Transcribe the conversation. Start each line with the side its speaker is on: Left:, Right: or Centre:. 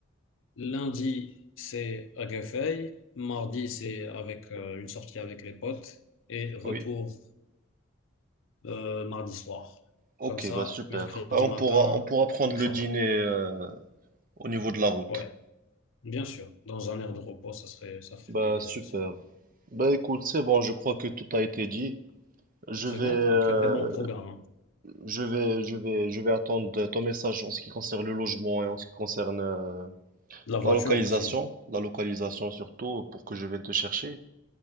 Left: Lundi, c'est à Guéfeil. Mardi, c'est avec euh, une sortie avec les potes. Et retour
Right: oui.
Left: euh, mardi soir.
Right: Ok,
Left: Comme ça,
Right: bah super.
Left: mercredi
Right: Euh, On
Left: matin,
Right: pourra, on pourra prendre
Left: on
Right: le
Left: travaille.
Right: dîner euh, au niveau de la route.
Left: Ouais, bien sûr. Dans un air de repos, ça serait, ça ferait
Right: Bah
Left: plaisir
Right: super.
Left: aussi.
Right: Bah écoute, c'est bon, je crois que tout a été dit. Je
Left: C'est
Right: vais,
Left: bon?
Right: euh,
Left: Un très très bon programme. hein.
Right: je vais, je vais, je vais attendre ton message en ce qui concerne le logement et en ce qui concerne euh,
Left: La voiture
Right: la localisation,
Left: aussi.
Right: la localisation surtout pour que je vienne te chercher.